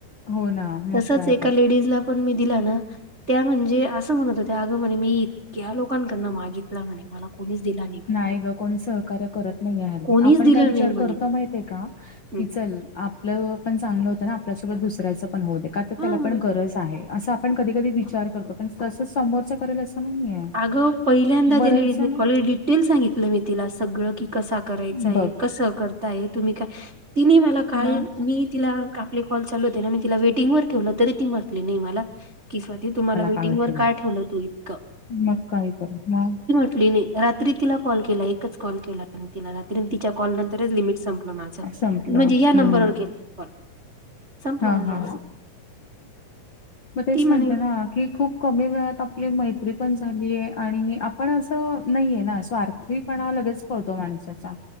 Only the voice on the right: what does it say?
तसच
एका
लेडीज ला पण मी दिला ना, त्या म्हणजे असं म्हणत होत्या, आग म्हणे मी इतक्या लोकांकडनं मागित तला म्हणे, मला कोणीच दिला नाही. म्हणतो
कोणीच
दिलं
नाही म्हणे
हम्म.
हा
अगं पहिल्यांदा
त्या लेडीजने
कॉल डिटेल सांगितलं मी तिला सगळं की कसा करायच आहे,
कस करताय तुम्ही काय तिने मला काल
मी तिला आपले कॉल चालू होते ना, मी तिला वेटिंग वर ठेवलं तरी ती म्हटली नाही मला की स्वीती तु मला वेटंगर
का ठेवलं तू इतकं.
कुठली मी रात्री तिला कॉल केला एकच कॉल केला मी तिला रात्री तिच्या कॉल नंतरच लिमिट संप माझा
म्हणजे या नंबरवर
केला कॉल. संपला
माझा
असं
ती म्हणे